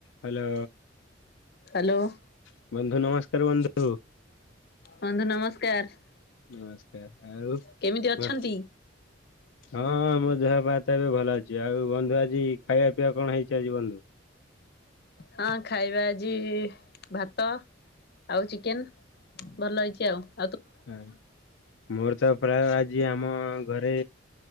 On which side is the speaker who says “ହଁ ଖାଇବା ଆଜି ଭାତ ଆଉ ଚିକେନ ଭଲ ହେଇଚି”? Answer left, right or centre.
Left